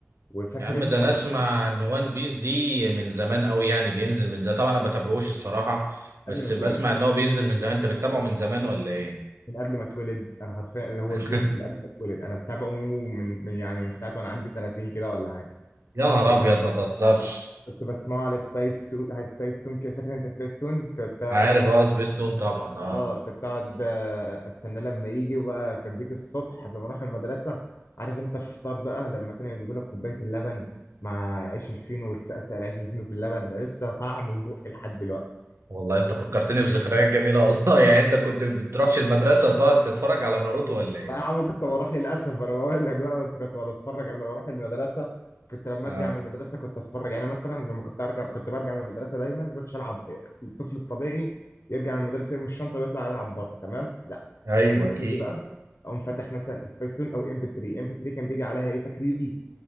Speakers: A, on the left; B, on the right.
A: وفاكر
B: يا عم
A: انت
B: ده انا
A: بقى
B: اسمع ان وان بيس دي من زمان قوي يعني بينزل من زمان طبعا انا ما بتابعوش الصراحه بس
A: قبل ما اتولد
B: بسمع ان هو بينزل من زمان انت بتتابعه من زمان ولا ايه
A: من قبل ما اتولد انا حرفيا هو
B: <laughs>
A: بينزل من قبل ما اتولد انا متابعه من من يعني من ساعه وانا عندي سنتين كده ولا حاجه
B: يا نهار
A: بتابعه
B: ابيض ما تهزرش
A: كنت بسمعه على سبايس تون على سبايس تون كده فاكر انت سبايس تون كنت
B: عارف
A: أست...
B: اه سبيستون طبعا اه
A: اه كنت اقعد آه، استنى لما يجي وبقى كان بيجي الصبح لما اروح المدرسه عارف انت الفطار بقى لما كانوا يجيبوا لك كوبايه اللبن مع عيش الفينو وتسقسق العيش الفينو في اللبن ده لسه طعمه في بقي لحد دلوقتي
B: والله انت فكرتني بذكريات جميله والله <laughs> يعني انت كنت بتروحش المدرسه وتقعد تتفرج على ناروتو ولا ايه
A: لا يا عم كنت بروح للاسف انا بقول لك بقى بس كنت بتفرج قبل ما اروح المدرسه كنت لما
B: اه
A: ارجع من المدرسه كنت اتفرج يعني مثلا لما كنت ارجع كنت برجع من المدرسه دايما كنتش العب الطفل الطبيعي يرجع من المدرسه يرمي الشنطه ويطلع يلعب بره تمام لا
B: ايوه
A: انا كنت
B: اكيد
A: اجي بقى اقوم فاتح مثلا سبيس تون او ام بي 3 ام بي 3 كان بيجي عليها ايه فاكر يوجي